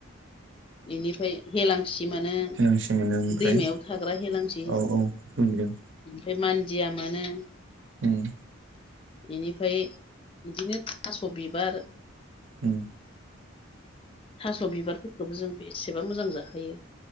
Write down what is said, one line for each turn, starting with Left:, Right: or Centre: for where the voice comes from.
Left: इनिफ्राय हेलांसि मोनो
Right: <inaudible>
Left: दैमायाव थाग्रा हेलांसि
Right: <inaudible> <unintelligible> औ औ बुजिदों
Left: ओमफ्राय मान्दिया मोनो
Right: उम
Left: बेनिफ्राय बिदिनो थास' बिबार
Right: उम
Left: थास' बिबारफोरखौबो जों बेसेबा मोजां जाखायो